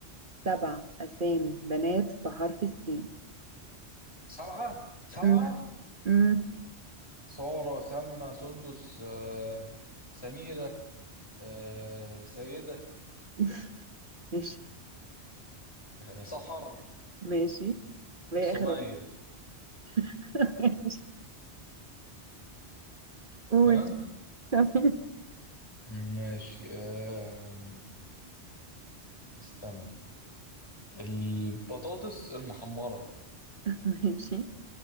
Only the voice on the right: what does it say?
سبع أسامي بنات بحرف السين
أمم. أمم.
<laughs> ماشي
ماشي وهي
آخر واحدة <laughs> ماشي قول
<laughs> تمام
ماشي